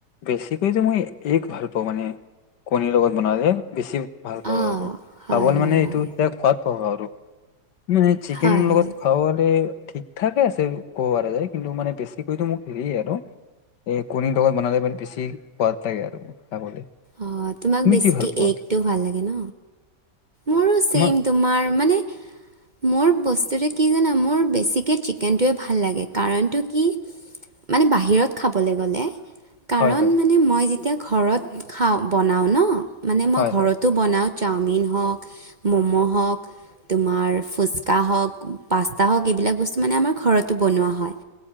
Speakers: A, on the left; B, on the right.
A: বেছিকৈতো মই এগ ভাল পাওঁ মানে কণীৰ লগত বনালে বেছি ভাল পাওঁ
B: অ',
A: আৰু।
B: হয়
A: খাবলৈ
B: হয়
A: মানে
B: হয়।
A: এইটো <unintelligible> সোৱাদ পাব আৰু, মানে চিকেন
B: হয় হয়
A: লগত খাবলে ঠিকঠাকে আছে ক'ব পৰা যায়, কিন্তু মানে বেছিকৈতো মোক হেৰিয়ে আৰু এই কণীৰ লগত বনালে মানে বেছি সোৱাদ লাগে আৰু, খাবলে।
B: অ', তোমাক
A: তুমি
B: বেছিকে
A: কি ভাল পোৱা?
B: এগটো ভাল লাগে ন? মোৰো চেম
A: তোমাক
B: তোমাৰ মানে
A: <unintelligible>
B: মোৰ বস্তুটো কি জানা মোৰ বেছিকে চিকেনটোৱে ভাল লাগে, কাৰণটো কি? মানে বাহিৰত খাবলৈ গ'লে কাৰণ
A: হয় হয়
B: মানে মই যেতিয়া ঘৰত খাওঁ বনাওঁ ন মানে মই
A: হয়
B: ঘৰতো
A: হয়
B: বনাওঁ চাওমিন হওক ম'ম' হওক। তোমাৰ ফুচকা হওক, পাস্তা হওঁক, এইবিলাক বস্তু মানে আমাৰ ঘৰতো বনোৱা হয়।